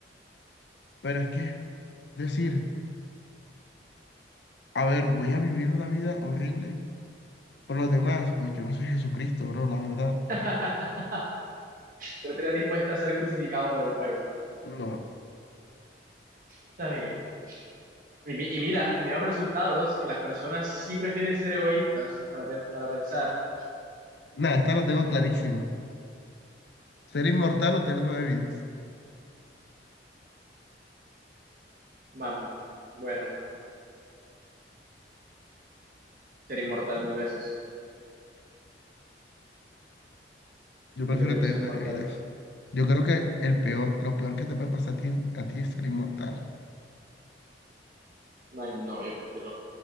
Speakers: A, on the left (about 65°); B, on the right (about 50°).
A: pero es que decir, a ver, voy a vivir una vida horrible por los demás. Pues yo no soy Jesucristo, bro, la verdad.
B: <laughs> Pero estaría dispuesta a ser crucificado por el pueblo.
A: No.
B: Está bien. Y, mi- y mira, mira los resultados, que las personas sí prefieren ser egoístas para, pen- para pensar,
A: Nada, esta la tengo clarísima. Ser inmortal o tener nueve vidas.
B: man, bueno. ser inmortal mil veces.
A: Yo
B: Yo
A: prefiero
B: prefiero
A: tener
B: ser inmortal.
A: nueve vidas. Yo creo que el peor, lo peor que te puede pasar a ti, a ti es ser inmortal.
B: No, no, yo prefiero.